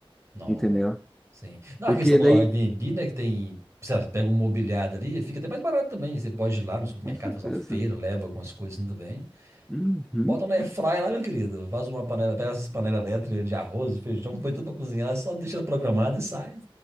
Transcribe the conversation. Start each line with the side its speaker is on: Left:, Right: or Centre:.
Right: Não,
Centre: entendeu?
Right: sim. Não,
Centre: Porque
Right: a questão do
Centre: daí,
Right: Airbnb, né, que tem, sei lá, você pega um mobiliário ali, fica até mais barato também. Você pode ir lá no supermercado
Centre: com certeza.
Right: fazer uma feira, leva algumas coisas também.
Centre: Uhum,
Right: Bota na airfryer lá, meu querido. Faz uma panela, pega essas panelas elétricas de arroz, feijão, põe tudo pra cozinhar, ela só deixa ela programada e sai.